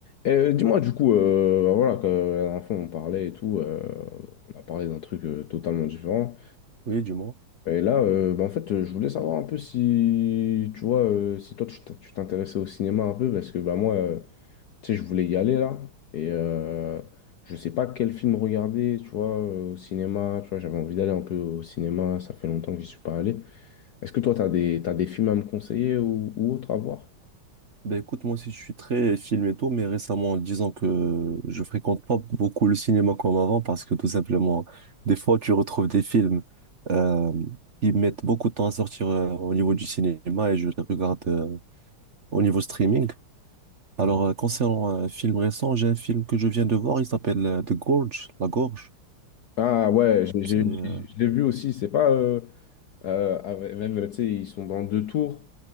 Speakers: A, on the left; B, on the right.
A: Et euh, dis-moi, du coup, euh, bah, voilà, que euh, la dernière fois on parlait et tout, euh, on a parlé d'un truc euh, totalement différent.
B: Oui, du moins.
A: Et là, euh, bah, en fait, euh, je voulais savoir un peu si, tu vois, euh, si toi tu t'in- tu t'intéressais au cinéma un peu, parce que bah, moi, euh, tu sais, je voulais y aller là, et euh, je sais pas quel film regarder, tu vois, euh, au cinéma, tu vois, j'avais envie d'aller un peu au cinéma, ça fait longtemps que j'y suis pas allé. Est-ce que toi, t'as des, t'as des films à me conseiller ou, ou autres à voir?
B: Ben écoute, moi aussi je suis très film et tout, mais récemment, disons que je fréquente pas beaucoup le cinéma comme avant parce que tout simplement, des fois tu retrouves des films euh, qui mettent beaucoup de temps à sortir euh, au niveau du cinéma et je les regarde euh, au niveau streaming. Alors, euh, concernant un film récent, j'ai un film que je viens de voir, il s'appelle euh, The Gorge, La Gorge.
A: Ah ouais, j'ai- j'ai-
B: C'est, euh,
A: j'ai- je l'ai vu aussi, c'est pas... euh, Euh, avec- même, tu sais, ils sont dans deux tours.